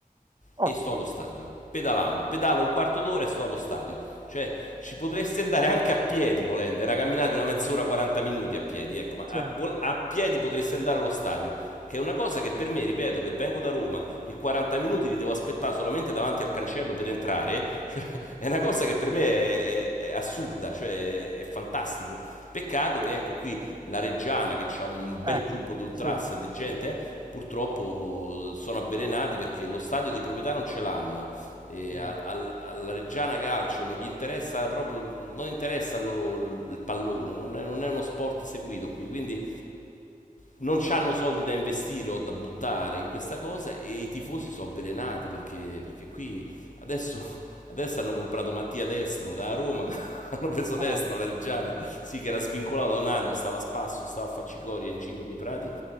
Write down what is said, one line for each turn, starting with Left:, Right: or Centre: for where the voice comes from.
Right: Ottimo,
Left: e sto allo stadio. Pedalando, pedalo un quarto d'ora e sto allo stadio. Cioè, ci potresti andare anche a piedi volendo, è una camminata di una mezz'ora, 40 minuti a piedi, ecco, ma a,
Right: sì,
Left: vol- a piedi potresti andare allo stadio, che è una cosa che per me, ripeto, che vengo da Roma e 40 minuti li devo aspettare solamente davanti al cancello per entrare, <laughs> cioè, è una cosa che per me è, è- è assurda, cioè, è fantastico. Peccato
Right: sì.
Left: che ecco qui la Reggiana, che ha un
Right: Ecco,
Left: bel gruppo di ultras
Right: sì.
Left: e di gente, eh, purtroppo sono avvelenati perché lo stadio di proprietà non ce l'hanno. E
Right: mm.
Left: al- al- alla Reggiana Calcio non gli interessa proprio, non interessa a loro il, il pallone, non è, non è uno sport seguito qui, quindi non hanno soldi da investire o da buttare in questa cosa e i tifosi sono avvelenati perché, perché qui adesso, adesso hanno comprato Mattia Destro da Roma, <laughs> hanno preso Destro
Right: Ah.
Left: alla Reggiana, sì che era svincolato da un anno, stava a spasso, stava a faccicoria in giro per i prati